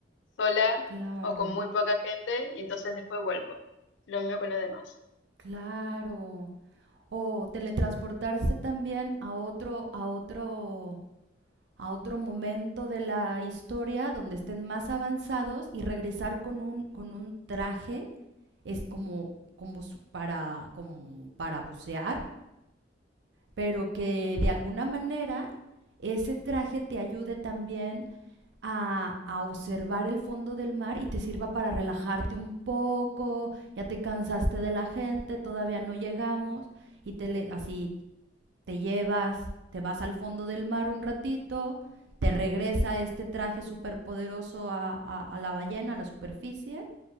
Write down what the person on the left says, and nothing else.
sola
o con muy poca gente y entonces después vuelvo. Lo mismo con los demás.